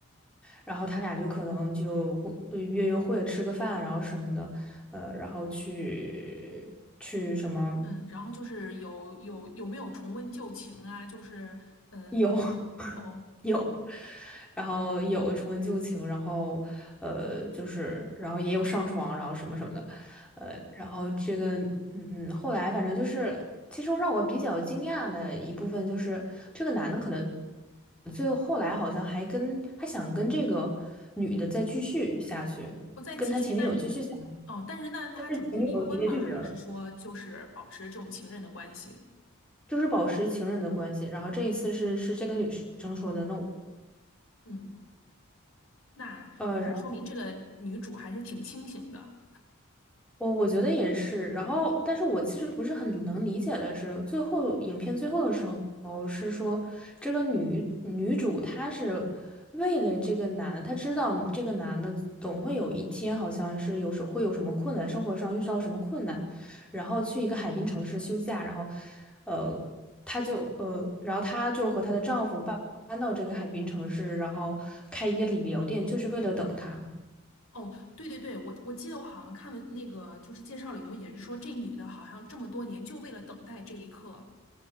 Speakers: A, in the centre; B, on the left.
A: 然后他俩就可能就互呃约约会、吃个饭，然后什么的，呃，然后去去什么。
B: 嗯嗯，然后就是有有有没有重温旧情啊？就是嗯哦，
A: 有 <laughs> 有，然后有重温旧情，然后呃，就是然后也有上床，然后什么什么的，呃，然后这个嗯，后来反正就是，其实让我比较惊讶的一部分就是这个男的可能最后后来好像还跟还想跟这个女的再继续下去，
B: 不再继续，
A: 跟他前女友继续下去
B: 但是哦，但是那他准备离婚吗？
A: 但是前女友直接拒绝了。
B: 还是说就是保持这种情人的关系？
A: 就是保持情人的关系。然后这一次是是这个女生说的 no。
B: 嗯。那那说明这个女主还是挺清醒的。
A: 呃。我我觉得也是，然后，但是我其实不是很能理解的是，最后影片最后的时候是说，这个女女主她是为了这个男的，她知道这个男的总会有一天好像是有时会有什么困难，生活上遇到什么困难，然后去一个海滨城市休假，然后，呃，她就呃，然后她就和她的丈夫搬搬到这个海滨城市，然后开一个理疗店，就是为了等他。
B: 哦，对对对，我我记得我好像看了那个就是介绍里头也是说这女的好像这么多年就为了等待这一刻。